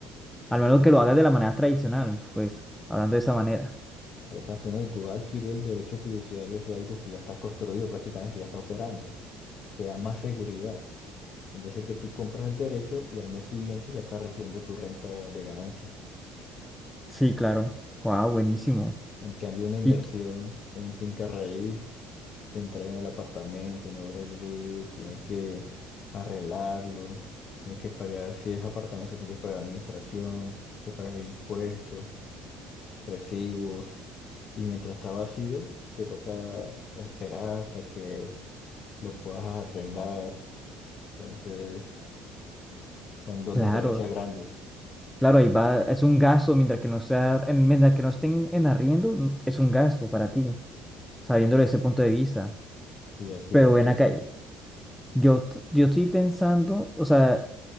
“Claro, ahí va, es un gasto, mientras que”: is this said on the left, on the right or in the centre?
Centre